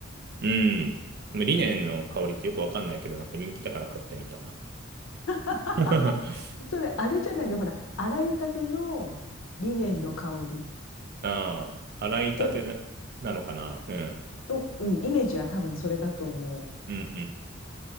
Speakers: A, on the right; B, on the left.
A: うん。リネンの香りってよくわかんないけど、なんか人気だから買ってみた。
B: <laughs>
A: <laughs>
B: それ、あれじゃないのほら、洗いたてのリネンの香り。
A: ああ、洗いたてな、
B: お、
A: なのかな。うん。
B: お、うん、イメージは多分それだと思
A: うんうん。